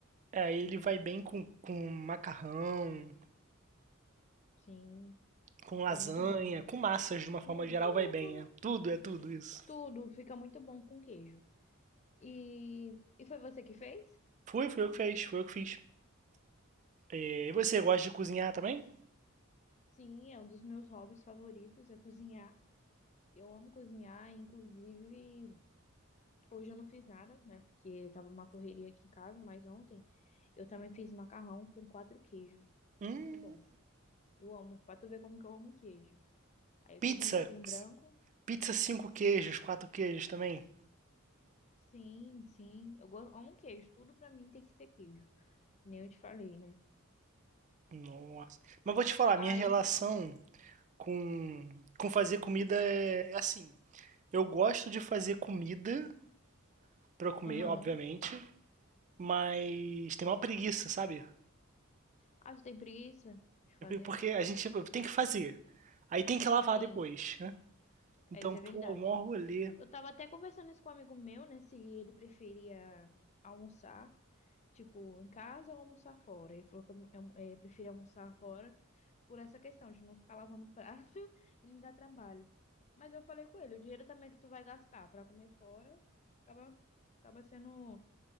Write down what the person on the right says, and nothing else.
é, ele vai bem com, com macarrão,
com
lasanha,
com massas de uma forma
geral
vai bem,
é tudo, é tudo isso.
Fui, fui eu que fez, foi eu que fiz. E você gosta de cozinhar também?
Hum,
pizza.
Pizza cinco queijos, quatro queijos também.
Nossa. Mas vou te falar,
minha relação com, com fazer comida é, é assim. Eu gosto de fazer comida pra comer,
obviamente, mas tem uma preguiça, sabe?
Porque a gente tipo, tem que fazer. Aí tem que lavar
depois, né? Então,
pô,
mó rolê.